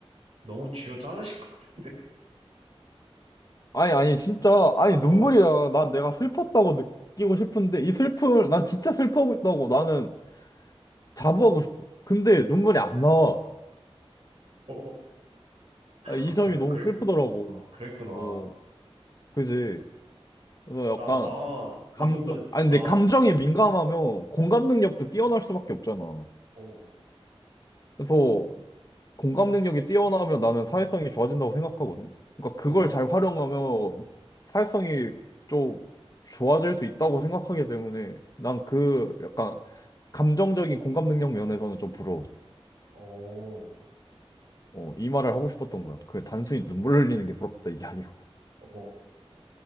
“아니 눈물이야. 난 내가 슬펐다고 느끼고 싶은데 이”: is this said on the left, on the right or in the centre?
Left